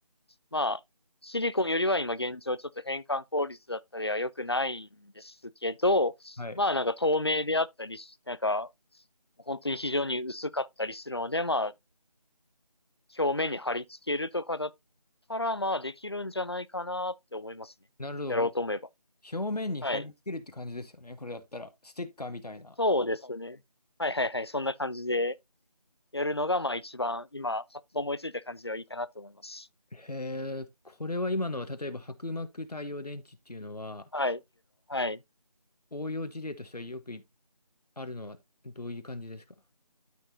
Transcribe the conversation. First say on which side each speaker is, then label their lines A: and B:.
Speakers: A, on the left; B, on the left.
A: まあ、シリコンよりは今現状ちょっと変換効率だったりは良くないんですけど、
B: はい。
A: まあなんか透明であったりし、なんか本当に非常に薄かったりするので、まあ表面に貼り付けるとかだったら、まあできるんじゃないかなって思いますね。
B: なるほど。
A: やろうと思えば。
B: 表面に貼り付けるって感じですよね。
A: はい。
B: これだったら。ステッカーみたいな。
A: そうですね。はいはいはい。そんな感じでやるのが、まあ一番今、パッと思いついた感じではいいかなと思います。
B: へえ、これは今のは、例えば薄膜太陽電池っていうのは、
A: はい。はい。
B: 応用事例としてはよくあるのはどういう感じですか